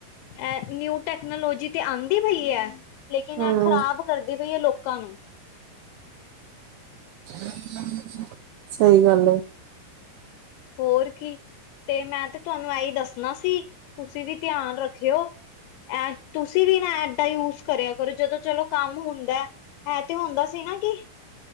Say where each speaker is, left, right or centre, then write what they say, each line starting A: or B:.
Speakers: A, on the left; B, on the right.
A: ਏਹ ਨਿਊ ਟੈਕਨੋਲੋਜੀ ਤੇ ਆਂਦੀ ਪਈ ਐ ਲੇਕਿਨ
B: ਹਮ
A: ਇਹ ਖ਼ਰਾਬ ਕਰਦੀ ਪਈ ਏ, ਲੋਕਾਂ ਨੂੰ
B: <inaudible> ਸਹੀ ਗੱਲ ਏ।
A: ਹੋਰ ਕੀ, ਤੇ ਮੈਂ ਤੇ ਤੁਹਾਨੂੰ ਐਹੀ ਦੱਸਣਾ ਸੀ। ਤੁਸੀਂ ਵੀ ਧਿਆਨ ਰੱਖਿਓ। ਐ ਤੁਸੀਂ ਵੀ ਨਾ ਐਪ ਦਾ ਯੂਜ ਕਰਿਆ ਕਰੋ, ਜਦੋਂ ਚਲੋ ਕੰਮ ਹੁੰਦਾ ਹੈ ਤੇ ਹੁੰਦਾ ਸੀ ਨਾ ਕੀ